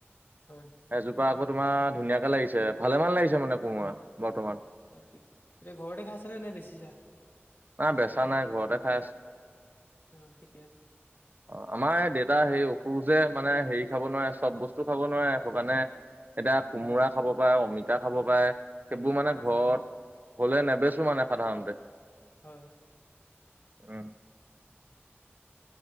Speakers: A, on the left (about 55°); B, on the right (about 45°).
A: হয়।
B: এজোপা আকৌ তোমাৰ ধুনীয়াকে লাগিছে ভালেমান লাগিছে মানে কোমৰা বৰ্তমান।
A: অ ঠিক, এতিয়া ঘৰতে খাইছা নে, নে বেচিছা?
B: নাই বেচা নাই ঘৰতে খাই আছো,
A: অ ঠিকে আছে
B: অ। আমাৰ এই দেউতা সেই অসুখ যে মানে হেৰি খাব নোৱাৰে চব বস্তু খাব নোৱাৰে সেইটো কাৰণে এতিয়া কোমোৰা খাব পাৰে, অমিতা খাব পাৰে, সেইবোৰ মানে
A: আচ্ছা
B: ঘৰত হলে নেবেচো মানে সাধাৰণতে।
A: হয়।
B: উম।